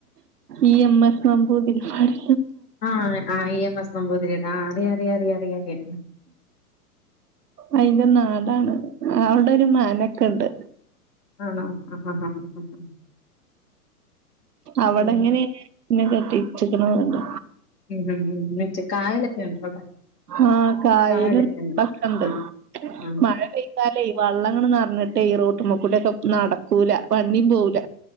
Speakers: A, on the right (about 75°); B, on the left (about 75°).
A: ഇ എം എസ് നമ്പൂതിരിപ്പാട്
B: ആഹ് ആഹ് ഇ എം എസ് നമ്പൂതിരിയുടെ ആഹ് അറിയാ അറിയാ അറിയാ അറിയാ
A: അയിൻ്റെ നാടാണ് അവിടെ ഒരു മാനൊക്കെ ഇണ്ട്
B: ആണോ <inaudible>
A: അവിടെ
B: ഉം
A: ഇങ്ങനെ ഇന്നെ കെട്ടിച്ചേക്കണ് എന്നുണ്ട്
B: ഉം ഉം ഉം മറ്റേ കായലൊക്കെ ഉണ്ടോ അവിടെ
A: ആഹ് കായലും
B: കായലൊക്കെ ഉണ്ട്
A: ഇതൊക്കെണ്ട്
B: ആ ആ
A: മഴ പെയ്താലെ വെള്ളം ഇങ്ങട് നിറഞ്ഞിട്ടേ ഈ റോട്ടുമ്മേക്കൂടെ ഒക്കെ നടക്കൂല വണ്ടിയും പോകൂല